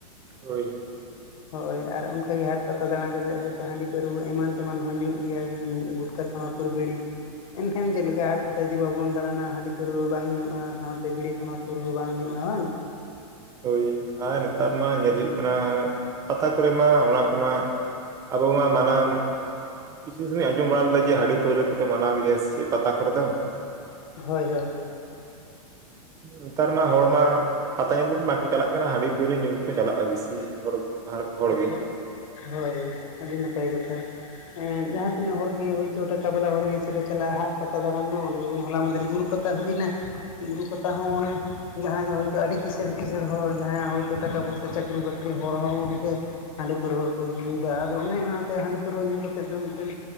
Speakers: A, on the right; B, on the left.
A: ᱦᱳᱭ ᱦᱳᱭ᱾
B: <inaudible> ᱦᱳᱭ ᱟᱨ ᱚᱱᱠᱟ ᱜᱮ ᱦᱟᱴ ᱯᱟᱛᱟ ᱫᱟᱬᱟ ᱠᱟᱛᱮᱜ ᱦᱳᱭ ᱛᱳ ᱦᱟᱺᱰᱤ ᱯᱟᱹᱨᱣᱟᱹ ᱮᱢᱟᱱ ᱛᱮᱢᱟᱱ ᱦᱚᱸ ᱧᱩᱜ ᱜᱮᱭᱟ, ᱜᱩᱱ ᱜᱩᱱ ᱜᱩᱴᱠᱷᱟ ᱛᱷᱟᱢᱟᱠ ᱠᱷᱩᱲ ᱵᱤᱲᱤ ᱮᱱᱠᱷᱟᱱ ᱪᱮᱫ ᱞᱮᱠᱟ, ᱟᱴ ᱡᱩᱫᱤ ᱵᱟᱵᱚᱱ ᱫᱟᱬᱟᱱᱟ ᱦᱟᱺᱰᱤ ᱯᱟᱹᱨᱣᱟᱹ ᱵᱟᱝ ᱧᱩᱜᱼᱟ ᱥᱟᱶᱛᱮ ᱵᱤᱬᱤ ᱛᱷᱟᱢᱟᱠᱷᱩᱲ ᱦᱚᱸ ᱵᱟᱝ ᱧᱩᱜᱼᱟ, ᱵᱟᱝ?
A: ᱦᱳᱭ, ᱟᱨ ᱱᱮᱛᱟᱨ ᱢᱟ ᱧᱮᱞ ᱦᱩᱭᱩᱜ ᱠᱟᱱᱟ ᱯᱟᱛᱟ ᱠᱚᱨᱮ ᱢᱟ ᱚᱱᱟ ᱠᱚᱢᱟ ᱟᱵᱚ ᱢᱟ ᱢᱟᱱᱟᱱ ᱠᱤᱪᱷᱩ ᱥᱚᱢᱚᱭᱤᱧ ᱟᱸᱡᱚᱢ ᱵᱟᱲᱟ ᱞᱮᱫᱟ ᱡᱮ ᱦᱟᱺᱰᱤ ᱯᱟᱹᱣᱨᱟᱹ ᱪᱮᱛᱟ ᱢᱟᱱᱟ ᱜᱮᱭᱟ ᱥᱮ ᱪᱮᱜ ᱯᱟᱛᱟ ᱠᱚᱨᱮ ᱫᱚ᱾
B: ᱦᱳᱭ ᱦᱳᱭ ᱾
A: ᱱᱮᱛᱟᱨ ᱢᱟ ᱦᱚᱲ ᱢᱟ ᱯᱟᱛᱟ ᱧᱮᱞ ᱫᱚ ᱵᱟᱠᱚ ᱪᱟᱞᱟᱜ ᱠᱟᱱᱟ, ᱦᱟᱺᱰᱤ ᱯᱟᱹᱣᱨᱟᱹ ᱧᱩ ᱜᱮᱠᱚ ᱪᱟᱞᱟᱜᱼᱟ ᱵᱤᱥᱤ ᱦᱚᱲ ᱜᱮ ᱵᱷᱟᱜᱽ᱾ ᱦᱚᱲ
B: ᱦᱚᱜ, ᱦᱳᱭ ᱟᱹᱰᱤ ᱱᱟᱯᱟᱭ ᱠᱟᱛᱷᱟ᱾ ᱮᱸ ᱡᱟᱦᱟᱸ ᱛᱤᱱᱟᱹᱜ ᱦᱚᱲ ᱜᱮ ᱦᱳᱭᱛᱳ ᱴᱟᱠᱟ ᱵᱟᱞᱟ ᱦᱚᱲ ᱜᱮ ᱥᱮ ᱠᱚ ᱪᱟᱞᱟᱜᱼᱟ ᱦᱟᱴ ᱯᱟᱛᱟ ᱫᱟᱬᱟᱱ ᱫᱚ, ᱚᱱᱮ ᱡᱮᱢᱚᱱ ᱦᱚᱞᱟ ᱢᱟᱸᱫᱷᱮᱨ ᱵᱩᱨᱩ ᱯᱟ ᱛᱟ ᱦᱩᱭ ᱮᱱᱟ᱾ ᱵᱩᱨᱩ ᱯᱟᱛᱟ ᱦᱚᱸ ᱚᱱᱮ ᱡᱟᱦᱟᱸᱭ ᱫᱚ ᱦᱳᱭᱛᱳ ᱟᱹᱰᱤ ᱠᱤᱥᱟᱹᱬ ᱠᱤᱥᱟᱹᱬ ᱦᱚᱲ ᱡᱟᱦᱟᱸᱭ ᱦᱳᱭᱛᱳ ᱴᱟᱠᱟ ᱯᱚᱭᱥᱟᱹ ᱪᱟᱹᱠᱨᱤ ᱵᱟᱹᱠ ᱨᱤ ᱦᱚᱲ ᱦᱚᱸ ᱜᱚᱝᱠᱮ ᱦᱟᱺᱰᱤ ᱯᱟᱹᱨᱣᱟᱹ ᱠᱚ ᱧᱩ ᱭᱮᱫᱟ, ᱟᱫᱚ ᱚᱱᱮ ᱚᱱᱟᱛᱮ ᱦᱟᱺᱰᱤ ᱯᱟᱹᱨᱣᱟᱹ ᱧᱩ ᱠᱟᱛᱮᱫ ᱫᱚ ᱢᱤᱫᱴᱟᱹᱱ